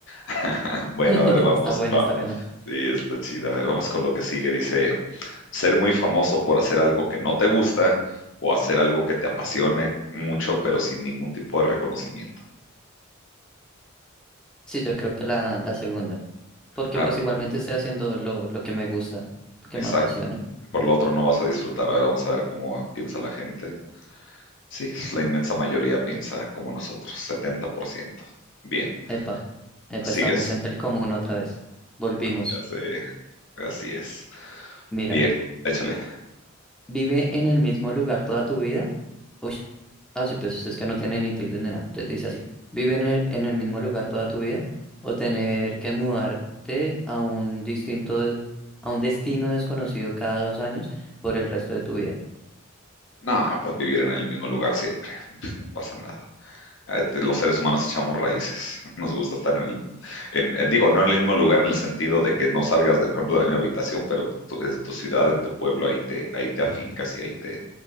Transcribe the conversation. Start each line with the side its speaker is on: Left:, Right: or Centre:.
Left: <laughs> Bueno,
Centre: <laughs>
Left: a ver, vamos.
Centre: Está buena,
Left: pa-
Centre: está buena.
Left: Sí, está chida. A ver, vamos con lo que sigue. Dice, ser muy famoso por hacer algo que no te gusta o hacer algo que te apasione mucho, pero sin ningún tipo de reconocimiento.
Centre: Sí, yo creo que la, la segunda, porque
Left: Ah,
Centre: pues igualmente estoy haciendo lo, lo que me gusta, lo que
Left: Exacto.
Centre: me apasiona.
Left: Por lo otro no vas a disfrutar. A ver, vamos a ver cómo piensa la gente. Sí, es la inmensa mayoría piensa como nosotros, 70%. Bien,
Centre: Epa, epa,
Left: sigues.
Centre: estamos entre el común otra vez. Volvimos.
Left: Ya sé, así es.
Centre: Mira.
Left: Bien, échale.
Centre: vive en el mismo lugar toda tu vida. Uy, ah, sí, pues es que no tiene ni tilde ni nada. Entonces dice así, vive en el, en el mismo lugar toda tu vida o tener que mudarte a un distinto, de- a un destino desconocido cada dos años por el resto de tu vida.
Left: No, pues vivir en el mismo lugar siempre. <laughs> No pasa nada. Eh, te- Los seres humanos echamos raíces. <laughs> Nos gusta estar en el, en- eh, digo, no en el mismo lugar en el sentido de que no salgas, de, por ejemplo, de la misma habitación, pero tu, es tu ciudad, en tu pueblo, ahí te, ahí te afincas y ahí te,